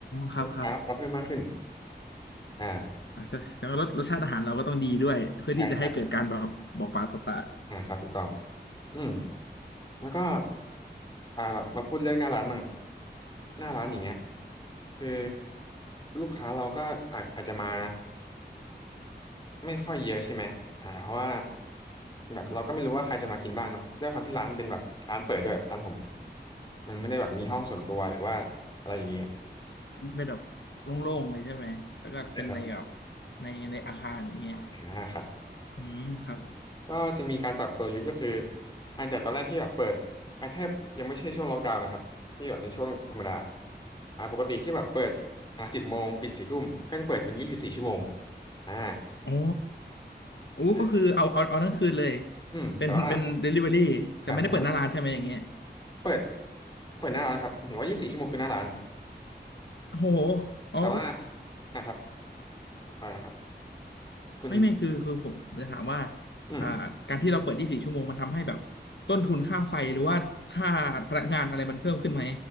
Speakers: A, on the left; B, on the left.
A: ครับครับ
B: ลูกค้าเราเพิ่มมากขึ้นอ่า
A: อ่ะแล้วารสรสชาติอาหารเราก็ต้องดีด้วยเพื่อที่จะให้เกิดการแบบบอกปากต่อปาก
B: ใช่ใช่อ่าครับถูกต้องอืมแล้วก็อ่าแบบมาพูดเรื่องหน้าร้านมั่ง หน้าร้านอย่างเงี้ยคือลูกค้าเราก็อาจอาจจะมาไม่ค่อยเยอะใช่ไหมอ่าเพราะว่าแบบเราก็ไม่รู้ว่าใครจะมากินบ้างเนาะด้วยความที่ร้านเป็นแบบร้านเปิดด้วยร้านผมมันไม่ได้แบบมีห้องส่วนตัวหรือว่าอะไรอย่างงี้
A: เป็นแบบโล่งๆเลยใช่ไหม แล้วก็เป็นในแบบ
B: ใช่ครับ
A: ในในอาคารอย่างเงี้ย
B: อ่าครับ
A: อืมครับ
B: ก็จะมีการปรับกลยุทธ์ก็คืออาจจะตอนแรกที่แบบเปิดอาจจะยังไม่ใช่ช่วงล็อกดาวน์นะครับที่แบบเป็นช่วงธรรมดาอ่าปกติที่แบบเปิดอ่าสิบโมงปิดสี่ทุ่มก็จะเปิดเป็นยี่สิบสี่ชั่วโมงอ่า
A: อ๋อโอ้ก็คือเอาเอาเอาทั้งคืนเลย
B: ใช่อืมแต่ว่า
A: เป็นเป็น delivery แต่ไม่ได้เปิดหน้าร้านใช่ไหมอย่างเงี้ย
B: ครับแต่ว่าเปิดเปิดหน้าร้านครับถือว่ายี่สิบสี่ชั่วโมงคือหน้าร้าน
A: โหอ๋อ
B: แต่ว่าอ่ะครับอ่านะครับคุณ
A: ไม่ไม่คือคือผมผมจะถามว่า
B: อืม
A: อ่าการที่เราเปิดยี4ชั่วโมงมันทำให้แบบต้นทุนค่าไฟหรือว่าค่าพลังงานอะไรมันเพิ่มขึ้นไหม